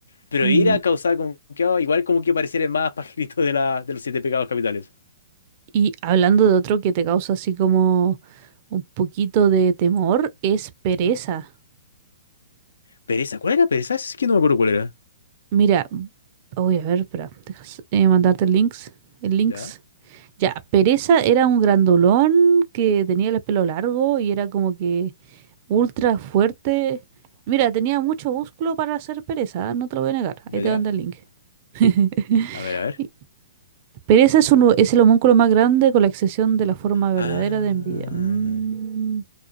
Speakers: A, on the left; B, on the right.
A: Pero
B: Mm.
A: Ira causaba como que, oh, igual como que pareciera el más pajarito de, la, de los siete pecados capitales.
B: Y hablando de otro que te causa así como un poquito de temor, es pereza.
A: Ujú. Pereza, ¿cuál era pereza? Es que no me acuerdo cuál era.
B: Mira, voy a ver, espera, dejas eh, mandarte el links, el links.
A: Ya,
B: Ya, pereza era un grandolón que tenía el pelo largo y era como que ultra fuerte. Mira, tenía mucho músculo para hacer pereza, ¿eh? No te lo voy a negar.
A: ya,
B: Ahí te
A: ya.
B: mando el link. <laughs>
A: A ver, a ver.
B: Y Pereza es, un- es el homúnculo más grande con la excepción de la forma verdadera
A: Ah.
B: de envidia. Mm.